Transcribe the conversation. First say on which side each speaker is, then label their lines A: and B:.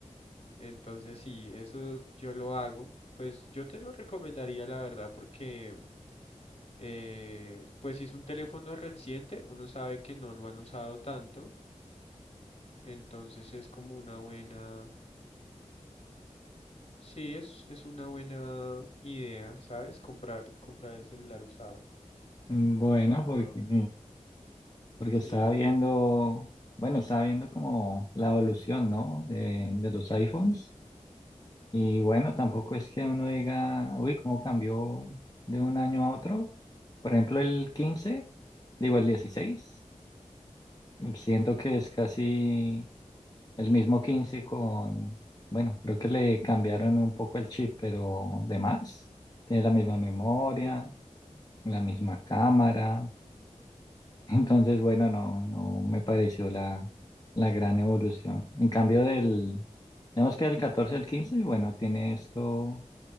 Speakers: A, on the left (about 50°); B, on the left (about 30°).
A: entonces sí, eso yo lo hago. Pues yo te lo recomendaría, la verdad, porque... Eh, pues si es un teléfono reciente, uno sabe que no lo han usado tanto, entonces es como una buena, sí, es, es una buena idea, ¿sabes? Comprar, comprar el celular usado.
B: Mm, Bueno,
A: Eh,
B: porque,
A: um,
B: porque
A: sí,
B: estaba viendo, bueno, estaba viendo como la evolución, ¿no? De, de los iPhones. Y bueno, tampoco es que uno diga, uy, cómo cambió de un año a otro. Por ejemplo, el 15, digo el 16, siento que es casi el mismo 15 con, bueno, creo que le cambiaron un poco el chip, pero de más. Tiene la misma memoria la misma cámara. Entonces, bueno, no, no me pareció la, la gran evolución. En cambio del, digamos que del 14 al quince bueno, tiene esto,